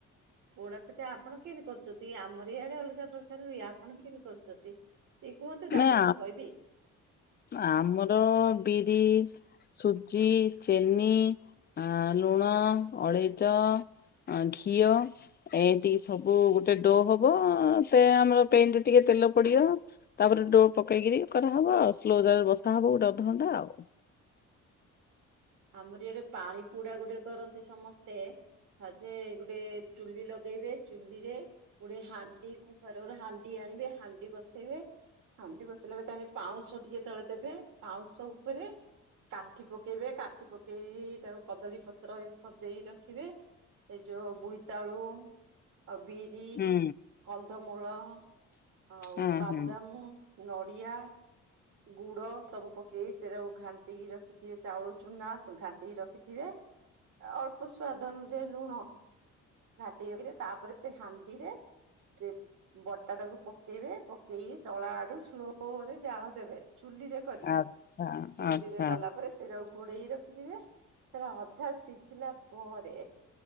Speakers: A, on the right; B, on the left.
A: ପୋଡା ପିଠା ଆପଣ କେଏତି କରୁଛନ୍ତି? ଆମର ଇଆଡେ ଅଲଗା ପ୍ରକାର ହୁଏ। ଆପଣ କେଏତି କରୁଛନ୍ତି? ଟିକେ କୁହନ୍ତୁ ତାପରେ
B: ନାଇ
A: ମୁଁ କହିବି।
B: ଆ ଆମର ବିରି ସୁଜି ଚିନି ଆ ଲୁଣ ଅଳେଇଚ ଆ ଘିଅ ଏ ଟିକେ ସବୁ ଗୋଟେ ଡୋ ହବ। ସେ ଆମର ପେ ପ୍ୟାନ ରେ ଟିକେ ତେଲ ପଡିବ। ତାପରେ ଡୋ ପକେଇକିରି କରାହବ ଆଉ। ସ୍ଲୋ ଯାଳ ବସା ହବ ଗୋଟେ ଅଧଘଣ୍ଟା ଆଉ।
A: ଆମର ଏଇଡେ ପାଣି ପୋଡା ଗୋଟେ କରନ୍ତି ସମସ୍ତେ। ଆଯେ ଗୋଟେ ଚୁଲି ଲଗେଇବେ ଚୁଲି ରେ ଗୋଟେ ହାଣ୍ଡି କୁରେ ଗୋଟେ ହାଣ୍ଡି ଆଣିବେ ହାଣ୍ଡି ବସେଇବେ। ହାଣ୍ଡି ବସାଇଲା ଭିତରେ ପାଉଁଶ ଟିକେ ତଳେ ଦେବେ ପାଉଁଶ ଉପରେ କାଠି ପକେଇବେ। କାଠି ପକେଇ ତାକୁ କଦଳୀ ପତ୍ର ସଜେଇ ରଖିବେ। ଏ ଯୋଉ ବୋଇତାଳୁ ଆଉ ବିନ୍ ବି
B: ହୁଁ
A: କନ୍ଧମୂଳ ଆଉ
B: ହୁଁ
A: ବାଦାମ,
B: ହୁଁ
A: ନଡ଼ିଆ। ଗୁଡ ସବୁ ପକେଇକି ସେଇରାକୁ ଘାଣ୍ଟିକି ରଖିଥିବେ ଚାଉଳ ଚୁନା ସବୁ ଘାଣ୍ଟିକି ରଖିଥିବେ। ଅଳ୍ପ ସ୍ୱାଦ ଅନୁଯାଇ ଲୁଣ ଘାଟିକି ରଖିଥିବେ ତାପରେ ସେଇ ହାଣ୍ଡିରେ ସେ ବଟା ଟାକୁ ପକେଇବେ ପକେଇକି ତଳ ଆଡୁ ସ୍ଲୋ ରେ ଜାଳ ଦେବେ। ଚୁଲିରେ କରିବେ
B: ଆଚ୍ଛା
A: ଚୁଲି
B: ଆଚ୍ଛା
A: ରେ କଲା ପରେ ସେଇଟାକୁ ଘୋଡେଇ ରଖିଥିବେ ହେଲା ଅଧା ସିଝିଲା ପରେ